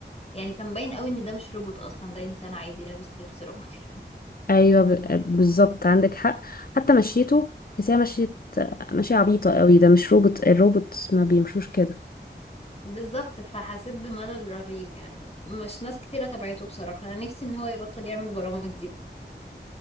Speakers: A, on the left (about 35°); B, on the left (about 55°).
A: يعني كان باين قوي ان ده مش روبوت اصلا ده انسان عادي لابس لبس روبوتي
B: ايوه ب- بالظبط عندك حق حتى مشيته تحسيها مشي مشي عبيطة قوي ده مش روبوت الروبوت ما بيمشوش كده
A: <laughs> بالظبط فحسيت بملل رهيب يعني مش ناس كتيرة تبعته بصراحة انا نفسي ان هو يبطل يعمل برامج دي بقى